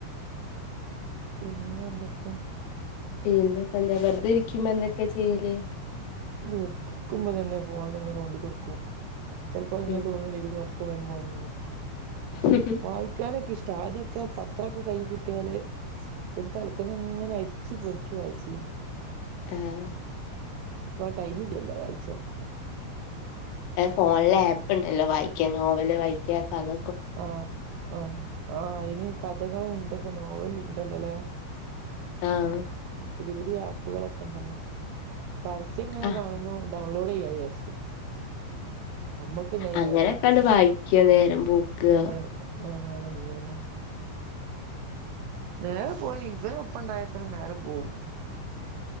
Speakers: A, on the right (about 80°); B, on the left (about 80°).
A: പിന്നെന്തൊക്കെയാ
B: പിന്നെപ്പെന്താ വെറതിരിക്കുമ്പെന്തെക്കെയാ ചെയ്യല്
A: വെറ്ക്കുമ്പൊതന്നെ ഫോണിലിങ്ങനെ തോണ്ടിക്കൊടുക്കും ചെലപ്പ്ങ്ങനെ
B: ഉം.
A: തോന്നൂലെ ഇവ്രൊ ക്കാംവരുമ്പൊ ഒറങ്ങും
B: ആഹ്.
A: വായിക്കാനൊക്കിഷ്ടാ ആദ്യൊക്കെ പ ത്രൊക്കെ കയ്യികിട്ടിയാല് ഒരു തലക്കന്ന്ങ്ങനെ അരിച്ചു പെറുക്കി വായിച്ചീന്
B: ആഹ്
A: ഇപ്പൊ ടൈമില്ലല്ലോ വായിച്ചാൻ
B: ഫോണില്
A: ഉം
B: ആപ്പ്ണ്ടല്ലോ വായിക്കാൻ നോവല് വായിക്ക കഥ
A: ഓ ഓ ഓ അയിന് കഥകളും ഇതൊക്കെ നോവല്ണ്ടല്ലോല്ലേ
B: ആഹ്
A: പുതിയ പുതിയ ആപ്പുകളൊക്ക്ണ്ടല്ലോ പരസ്യിങ്ങനെ
B: ആഹ്
A: കാണുമ്പൊ ഡൗൺലോടെയ്യാ വിചാരിച്ചു നമ്മക്കുണ്ടായി
B: അങ്ങനെയൊക്കണ്ട്
A: നേരം
B: വായിക്ക നേരം പോക്കാ
A: അതെ ആഹ് നേരം പോവെന്നെ നേരം പോയിന് ഇവരൊപ്പ്ണ്ടായാത്തനെ നേരം പോവും